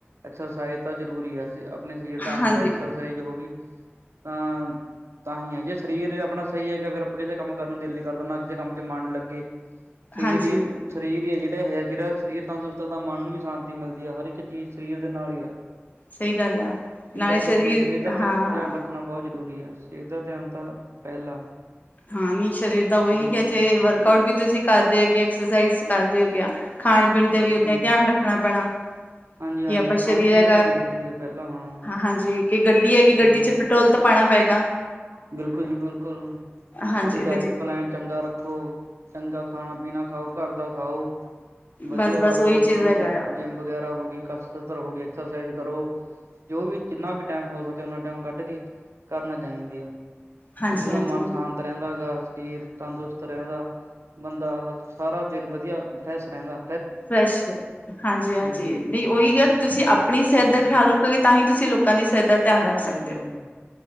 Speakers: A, on the right; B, on the left.
A: ਐਕਸਰਸਾਈਜ਼ ਤਾਂ ਜ਼ਰੂਰੀ ਹੈ। ਆਪਣੇ ਸਰੀਰ ਦਾ ਅੰਗ
B: ਹਾਂਜੀ
A: ਹੈ ਐਕਸਰਸਾਈਜ਼ ਹੋ ਗਈ, ਤਾਂ ਤਾਂ ਹੀ ਹੈ ਜੇ ਸਰੀਰ ਆਪਣਾ ਸਹੀ ਹੈ ਕਿ ਫੇਰ ਆਪਾਂ ਕਿਸੇ ਕੰਮ ਕਰਨ ਨੂੰ ਦਿਲ ਨੀ ਕਰਦਾ ਨਾ ਕਿਸੇ ਕੰਮ ਚ ਮਨ ਲੱਗੇ। ਸਰੀਰ
B: ਹਾਂਜੀ।
A: ਹੀ, ਸਰੀਰ ਹੀ ਜਿਹੜਾ ਇਹ ਆ ਜਿਹੜਾ ਸਰੀਰ ਤੰਦਰੁਸਤ ਆ ਤਾਂ ਮਨ ਨੂੰ ਵੀ ਸ਼ਾਂਤੀ ਮਿਲਦੀ ਆ ਹਰ ਇੱਕ ਚੀਜ਼ ਸਰੀਰ ਦੇ ਨਾਲ ਹੀ ਆ,
B: ਸਹੀ ਗੱਲ ਆ,
A: ਇਸ
B: ਨਾਲੇ
A: ਕਰਕੇ
B: ਸਰੀਰ
A: ਸਿਹਤ ਦਾ ਧਿਆਨ
B: ਹਾਂ
A: ਰੱਖਣਾ ਬਹੁਤ ਜ਼ਰੂਰੀ ਹੈ, ਸਿਹਤ ਦਾ ਧਿਆਨ ਤਾਂ ਪਹਿਲਾਂ,
B: ਹਾਂ ਨੀ ਸਰੀਰ ਦਾ ਉਹੀ
A: ਹਮ
B: ਕੇ ਜੇ ਵਰਕ ਆਊਟ ਵੀ ਤੁਸੀਂ, ਕਰਦੇ ਹੋਗੇ ਐਕਸਰਸਾਈਜ਼ ਕਰਦੇ ਹੋਗਿਆ ਖਾਣ ਪੀਣ ਤੇ ਵੀ
A: ਹਾਂਜੀ
B: ਓਦਾਂ ਹੀ ਧਿਆਨ ਰੱਖਣਾ ਪੈਣਾ।
A: ਹਾਂਜੀ ਹਾਂਜੀ
B: ਕੀ ਆਪਾਂ
A: ਖਾਣ
B: ਸਰੀਰ
A: ਪੀਣ
B: ਹੈਗਾ,
A: ਦਾ ਤਾਂ ਜ਼ਰੂਰੀ ਹੈ ਪਹਿਲਾਂ ਹਾਂ
B: ਹਾਂਜੀ ਕਿ ਗੱਡੀ ਹੈਗੀ
A: ਹਮ
B: ਗੱਡੀ ਚ ਪੈਟਰੋਲ ਤਾਂ ਪਾਉਣਾ ਪਏਗਾ,
A: ਬਿਲਕੁਲ ਜੀ ਬਿਲਕੁਲ।
B: ਹਾਂਜੀ
A: ਉਹਦੀ
B: ਇਹਦੇ
A: ਡਾਇਟ
B: ਚ
A: ਪਲੈਨ ਚੰਗਾ ਰੱਖੋ ਚੰਗਾ ਖਾਣਾ ਪੀਣਾ ਖਾਓ। ਘਰ ਦਾ ਖਾਓ ਵਧੀਆ
B: ਬਸ ਬਸ
A: ਵਰਕ
B: ਉਹੀ
A: ਆਊਟ
B: ਚੀਜ਼
A: ਕਰੋ
B: ਹੈਗਾ ਆ
A: ਜਿੰਮ ਵਗੈਰਾ ਹੋ ਗਈ ਕਸ ਹੋ ਐਕਸਰਸਾਈਜ਼ ਕਰੋ ਜੋ ਵੀ ਜਿੰਨਾ ਵੀ ਟਾਈਮ ਹੋ ਸਕੇ ਉਹਨਾ ਟਾਈਮ ਕੱਢ ਕੇ ਕਰਨਾ ਚਾਹੀਦੀ ਆ
B: ਹਾਂਜੀ
A: ਬੰਦੇ ਦਾ
B: ਹਾਂਜੀ
A: ਮਨ ਸ਼ਾਂਤ ਰਹਿੰਦਾ ਹੈ ਗਾ ਸਰੀਰ ਤੰਦਰੁਸਤ ਰਹਿੰਦਾ। ਬੰਦਾ ਸਾਰਾ ਦਿਨ ਵਧੀਆ ਫਰੈਸ਼ ਰਹਿੰਦਾ
B: ਫਰੈਸ਼, ਹਾਂਜੀ-ਹਾਂਜੀ,
A: ਹੂੰ
B: ਨਹੀਂ ਉਹੀ ਆ ਕਿ ਤੁਸੀਂ ਆਪਣੀ
A: ਹੂੰ
B: ਸਿਹਤ ਦਾ ਖਿਆਲ ਰੱਖੋਗੇ। ਤਾਂ ਹੀ ਤੁਸੀਂ ਲੋਕਾਂ ਦੀ ਸਿਹਤ ਦਾ ਧਿਆਨ ਰੱਖ
A: ਹੂੰ
B: ਸਕਦੇ ਹੋ।